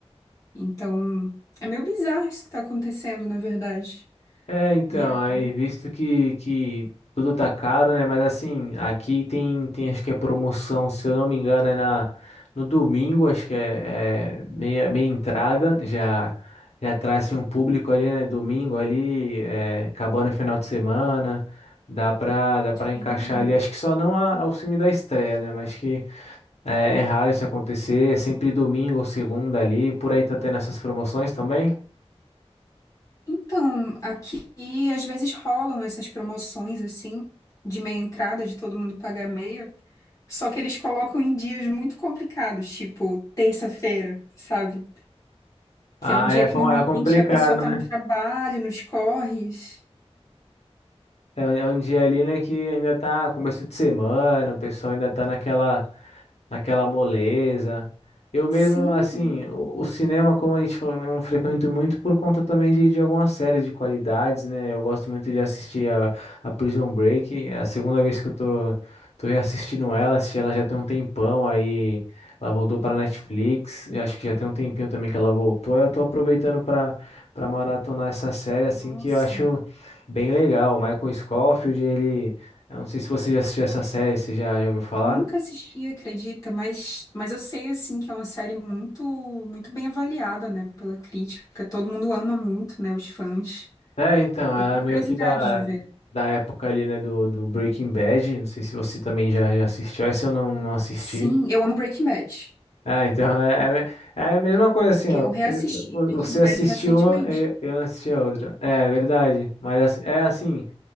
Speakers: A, on the left; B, on the left.
A: Então, é meio bizarro isso que está acontecendo, na verdade.
B: É, então,
A: E aí,
B: aí visto que, que tudo tá caro, né? Mas assim, aqui tem, tem acho que é promoção, se eu não me engano, é na, no domingo, acho que é, é meia, meia entrada, já, já traz assim, um público ali, né? Domingo ali, é, acabando o final de semana, dá pra, dá pra
A: sim.
B: encaixar ali, acho que só não a, ao filme da estreia, né? Mas que é, é raro isso acontecer, é sempre domingo ou segunda ali, por aí tá tendo essas promoções também.
A: Então, aqui às vezes rolam essas promoções assim, de meia entrada, de todo mundo pagar meia. Só que eles colocam em dias muito complicados, tipo terça-feira, sabe?
B: Ah,
A: Que é um dia
B: é,
A: que
B: com-
A: normalmente
B: é complicado,
A: a pessoa tá
B: né?
A: no trabalho, nos corres.
B: É, um é um dia ali, né, que ainda tá começo de semana, o pessoal ainda tá naquela, naquela moleza. Eu mesmo,
A: Sim,
B: assim, o, o cinema, como a gente falou, né, eu frequento muito por conta também de, de algumas séries de qualidades, né? Eu gosto muito de assistir a, a Prison Break. É a segunda vez que eu tô, tô reassistindo ela, assisti ela já tem um tempão, aí ela voltou para Netflix. Eu acho que já tem um tempinho também que ela voltou. Eu tô aproveitando para para maratonar essa série, assim,
A: nossa.
B: que eu acho bem legal. O Michael Scofield, ele. Eu não sei se você já assistiu essa série, você já, já ouviu falar?
A: Eu Nunca assisti, acredita, mas, mas eu sei assim que é uma série muito muito bem avaliada, né, pela crítica. Todo mundo ama muito, né, os fãs.
B: É, então,
A: Eu
B: era
A: tenho
B: meio
A: curiosidade
B: que da,
A: de ver.
B: da época ali, né, do, do Breaking Bad. Não sei se você também já, já assistiu, essa eu não, não assisti.
A: Sim, eu amo Breaking Bad.
B: Ah, <laughs> então é, é, é a mesma coisa assim,
A: Eu
B: ó.
A: reassisti
B: Eu-
A: Breaking
B: Você
A: Bad
B: assistiu
A: recentemente.
B: uma, eu eu não assisti a outra. É, é verdade. Mas assim, é assim,